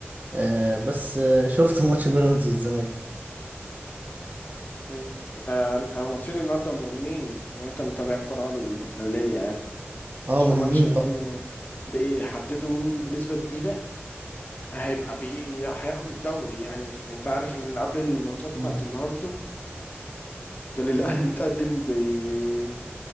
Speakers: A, on the right; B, on the left.
A: آه بس آه شفت <laughs> ماتش بيراميدز والزمالك
B: امم. آه اللي كانوا ماتشين النهارده مهمين لو انت متابع الكوره المحليه يعني
A: اه
B: عشان
A: مهمين
B: ماتش مم،
A: طبعا
B: بيحددوا مين بنسبه كبيره هيبقى بي هياخد الدوري يعني انت عارف ان قبل الماتشات بتاعت
A: مم.
B: النهارده كان الاهلي متقدم ب 2